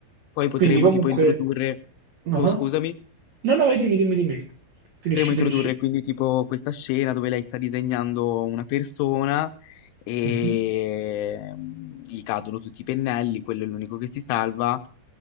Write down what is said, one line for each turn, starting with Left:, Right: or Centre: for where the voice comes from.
Left: Poi potremo
Right: Quindi comunque...
Left: tipo introdurre...
Right: ah.
Left: Oh, scusami.
Right: No, no, vai, dimmi, dimmi, dimmi. Finisci,
Left: Potremmo introdurre
Right: finisci.
Left: quindi tipo questa scena dove lei sta disegnando una persona e
Right: Mhm.
Left: mm, gli cadono tutti i pennelli, quello è l'unico che si salva.